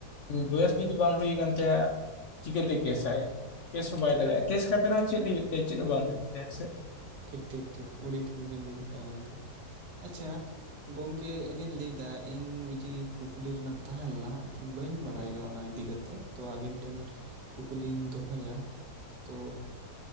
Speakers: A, on the left; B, on the right.
A: ᱵᱚᱭᱮᱥ ᱡᱩᱫᱤ ᱵᱟᱝ ᱦᱩᱭ ᱟᱠᱟᱱ ᱛᱟᱭᱟ ᱪᱤᱠᱟᱹᱛᱮ ᱠᱮᱥᱟᱭ ᱠᱮᱥ ᱦᱚᱸ ᱵᱟᱭ ᱫᱟᱲᱮᱭᱟᱜᱼᱟ
B: ᱦᱮᱸ
A: ᱠᱮᱥ ᱠᱟᱛᱮ ᱨᱮᱦᱚᱸ ᱪᱮᱫ ᱦᱩᱭᱩᱜ ᱛᱟᱭᱟ ᱪᱮᱫ ᱦᱚᱸ ᱵᱟᱝ ᱦᱩᱭᱩᱜ ᱛᱟᱭᱟ ᱦᱮᱸᱥᱮ
B: ᱴᱷᱤᱠ ᱴᱷᱤᱠ ᱴᱷᱤᱠ ᱩᱲᱤ ᱴᱷᱤᱠ ᱵᱤᱱ ᱞᱟᱹᱭ ᱠᱮᱜᱼᱟ ᱜᱚᱢᱠᱮ᱾ ᱟᱪᱪᱷᱟ ᱜᱚᱝᱠᱮ, ᱤᱧᱤᱧ ᱞᱟᱹᱭ ᱮᱫᱟ ᱤᱧ ᱢᱤᱫᱴᱤᱡ ᱠᱩᱠᱞᱤ ᱨᱮᱱᱟᱜ ᱛᱟᱦᱮᱸ ᱞᱮᱱᱟ᱾ ᱵᱟᱹᱧ ᱵᱟᱲᱟᱭᱟ
A: ᱦᱮᱸ
B: ᱚᱱᱟ ᱤᱫᱤ ᱠᱟᱛᱮ, ᱛᱚ ᱟᱵᱤᱱ ᱴᱷᱮᱱ ᱠᱩᱠᱞᱤᱧ ᱫᱚᱦᱚᱭᱟ᱾ ᱛᱚ